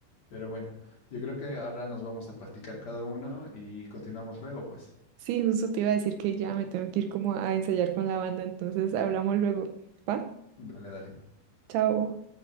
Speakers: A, on the left; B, on the right.
A: Pero bueno, yo creo que ahora nos vamos a practicar cada uno y continuamos luego, pues.
B: Sí, justo te iba a decir que ya me tengo que ir como a ensayar con la banda, entonces hablamos luego. ¿Va?
A: Dale, dale.
B: Chao.